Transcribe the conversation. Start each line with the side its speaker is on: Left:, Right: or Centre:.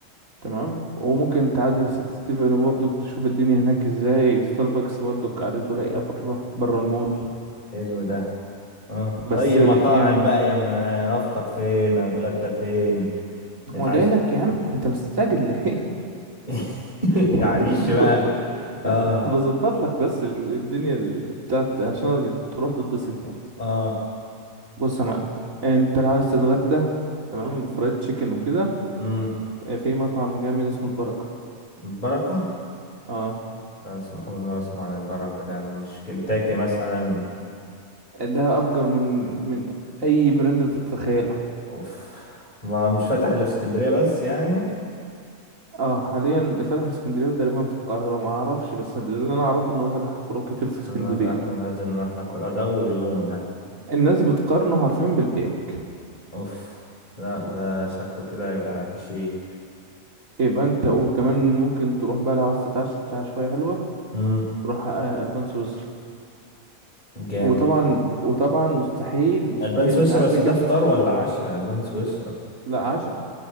Right: تمام وممكن تعدل سيتي ستيفن برضو تشوف الدنيا هناك ازاي ستاربكس برضو قعدته رايقه بره بره المول
Left: حلو ده اه
Right: بس
Left: طيب مطاعم
Right: يعني
Left: بقى يعني آه، افطر فين اتغدى فين نتعشى
Right: هو جاي لك يا
Left: فين
Right: عم انت مستعجل ليه
Left: <laughs>
Right: <laughs>
Left: معلش بقى
Right: اصبر
Left: اه
Right: بظبط لك بس ال- الدنيا ال- بتاعت عشان تروح تتبسط يعني
Left: اه
Right: بص يا معلم انت لو عايز تتغدى تمام فرايد تشيكن وكده
Left: امم
Right: اه، في مطعم جامد اسمه البركة
Left: البركة
Right: اه
Left: لا اسم اول مرة اسمع عن البركة ده يعني مش كنتاكي مثلا
Right: ده افجر من من اي براند تتخيله
Left: اوف ما مش فاتح الا في اسكندريه بس يعني
Right: اه حاليا فتح في اسكندريه وتقريبا في القاهره ما اعرفش بس اللي انا اعرفه ان هو فتح فروع كتير في اسكندريه
Left: آه، لا ده احنا لازم نروح ناكل آه، ده اول يوم ده
Right: الناس بتقارنه حرفيا بالبيك
Left: اوف لا ده شكله كده هيبقى فشي
Right: يبقى انت وكمان ممكن تروح بقى لو عايز تتعشى عشوائية حلوة
Left: امم
Right: تروح آه، ألبان سويسرا
Left: جامد
Right: وطبعا وطبعا مستحيل مستحيل
Left: البان سويسرا
Right: تعدي
Left: بس ده
Right: كبدة
Left: فطار ولا عشاء البان سويسرا
Right: لا عشاء